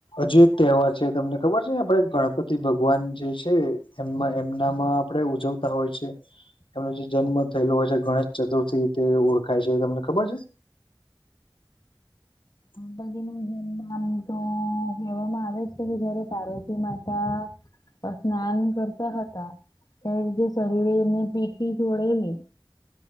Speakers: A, on the left; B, on the left.
A: હજુ એક તહેવાર છે તમને ખબર છે આપડે ગણપતિ ભગવાન જે છે એમ એમનામાં આપણેે ઉજવતા હોય છે. એમનો જે જન્મ થયેલો હોય છે ગણેશ ચતુર્થી તે ઓળખાય છે તમને ખબર છે? <inaudible> <inaudible>
B: <unintelligible> આમ તો કહેવામાં આવે જ કે જારે પાર્વતી માતા સ્નાન કરતા. ત જે શરીરેની પીઠી સોડેલી.